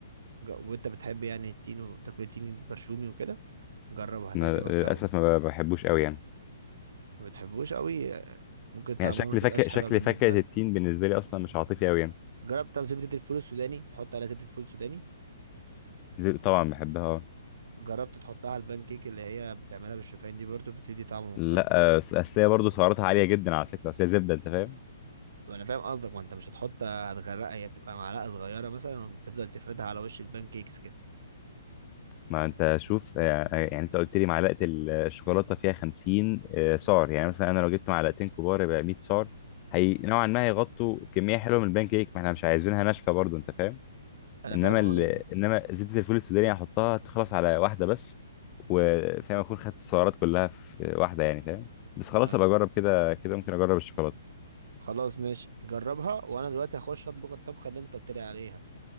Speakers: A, on the right; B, on the left.
A: ج- وانت بتحب يعني التين وتاكل التين البرشومي وكده جربه هتعجبك
B: أنا للأسف
A: قوي
B: ما بحبوش أوي يعني
A: ما بتحبوش قوي آه، ممكن طعمه
B: يعني شكل
A: ما تبقاش
B: فاكهة
A: حلوه
B: شكل
A: بالنسبه
B: فاكهة
A: لك
B: التين بالنسبة لي أصلا مش عاطفي أوي يعني
A: جربت طب زبده الفول السوداني تحط عليها زبده فول سوداني
B: زي- طبعا بحبها أه
A: جربت تحطها على البان كيك اللي هي بتعملها بالشوفان دي برضو بتدي طعم مختلف
B: لا آه، أصل هي برضه سعراتها عالية جدا على فكرة أصل هي زبدة أنت فاهم؟
A: وانا فاهم قصدك ما انت مش هتحط هتغرقها هي بتبقى معلقه صغيره مثلا وبتفضل تفردها على وش البان كيكس كده
B: ما انت شوف آه، آه، يعني انت قلت لي معلقه الشوكولاته فيها 50 آه، سعر يعني مثلا انا لو جبت معلقتين كبار يبقى 100 سعر هي نوعا ما هيغطوا كميه حلوه من البان كيك ما احنا مش عايزينها ناشفه برضو انت فاهم
A: انا
B: انما
A: فاهم قصدك
B: ال... انما زبده الفول السوداني يعني هحطها تخلص على واحده بس وفاهم اكون خدت السعرات كلها في واحده يعني فاهم بس خلاص
A: آه.
B: ابقى اجرب كده كده ممكن اجرب الشوكولاته
A: خلاص ماشي جربها وانا دلوقتي هخش اطبخ الطبخه اللي انت قلت لي عليها